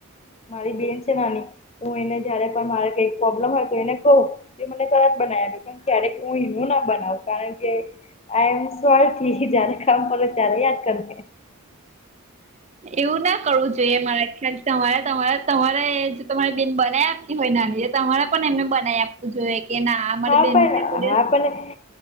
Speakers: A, on the left; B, on the right.
A: મારી બેન છે નાની હું એને જયારે પણ મારે કઈક પ્રોબ્લેમ હોય તો એને કહું તો મને તરત બનાવી આપે ક્યારેક હું એનું ના બનાવ કારણ કે આઈ એમ કામ પડે ત્યારે યાદ કરીએ.
B: એવું ના કરવું જોઈએ મારા ખ્યાલ તમારે તમારે તમારે જો તમારે બેન બનાવી આપતી હોય નાની તમારે પણ એમને બનાવી આપતી જોએ કે ના અમારી
A: હા
B: બેનને
A: પણ
B: કોઈ દિવસ
A: હા પણ